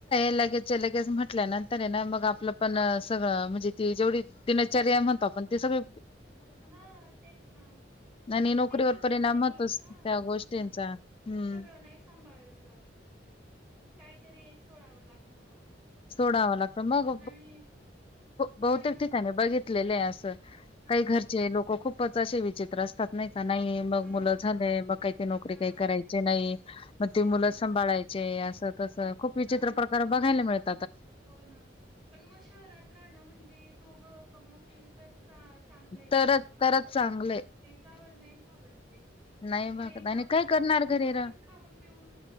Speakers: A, on the left; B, in the centre.
A: लगेच लगेच म्हटल्या नंतर ना मग आपलं पण सगळं म्हणजे ते दिनचर्या म्हणतो आपण ते सगळ
B: हा तेच ना
A: आणि नोकरीवर
B: ते सगळं
A: परिणाम
B: नाही
A: होतोच
B: हा
A: त्या गोष्टींचा
B: तेच ना
A: हम्म
B: सगळं नाही सांभाळलं जात काहीतरी एक सोडावं लागतं मग
A: सोडाव लागत मग
B: आणि
A: बहुतेक
B: आणि
A: ठिकाणी बघितलेल अस
B: हा
A: काही घरचे लोक खूपच असे विचित्र असतात नाही का नाही मग
B: हा
A: मुलं झाले मग काहीत नोकरी
B: हा
A: काही करायचे नाही मग
B: तेच
A: ते मुलं
B: ना
A: सांभाळायचे असं तसं खूप विचित्र
B: हा
A: प्रकार बघायला मिळत
B: हो ना पण मग शहरात राहणं म्हणजे दोघं कमवतील तर चांगल आहे व्यवस्थित
A: तरच तरच
B: आहे
A: चांगलंय
B: एकावर नाही भागत ते
A: नाही
B: मग
A: भागत
B: एकावर
A: आणि काय करणार
B: फक्त
A: घरी
B: मग आपण
A: र
B: खाऊन पिऊन